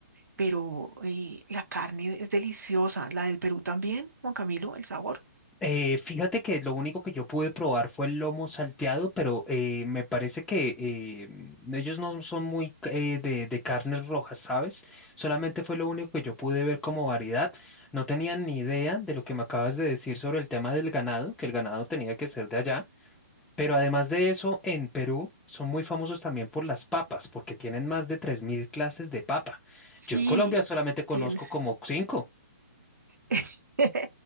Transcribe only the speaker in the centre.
Eh, fíjate que lo único que yo pude probar fue el lomo salteado, pero eh, me parece que eh, mm, ellos no son muy eh, de, de carnes rojas, ¿sabes? Solamente fue lo único que yo pude ver como variedad. No tenía ni idea de lo que me acabas de decir sobre el tema del ganado, que el ganado tenía que ser de allá. Pero además de eso, en Perú son muy famosos también por las papas, porque tienen más de 3.000 clases de papa.
Yo en Colombia solamente conozco
como cinco.